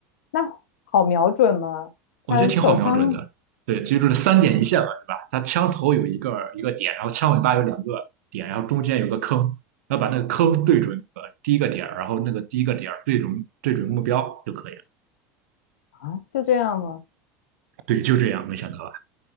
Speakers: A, on the left (about 80°); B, on the right (about 80°).
A: 那好瞄准吗？它手枪
B: 我觉得挺好瞄准的。对，其实就是三点一线嘛，对吧？它枪头有一个一个点，然后枪尾巴有两个点，然后中间有个坑，然后把那个坑对准呃第一个点儿然后那个第一个点儿对准对准目标就可以了。
A: 啊，就这样吗？
B: 对，就这样，没想到吧？